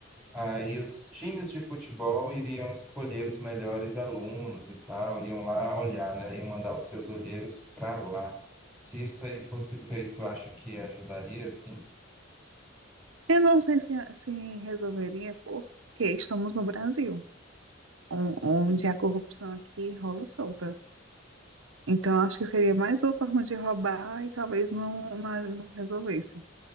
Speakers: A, in the centre; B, on the right (about 85°).
A: aí os times de futebol iriam escolher os melhores alunos e tal, iam lá olhar, né? Iam mandar os seus olheiros para lá. Se isso aí fosse feito, acho que ajudaria, sim,
B: Eu não sei se, se resolveria porque estamos no Brasil, on- onde a corrupção aqui rola solta. Então, acho que seria mais uma forma de roubar e talvez não, não, não resolvesse.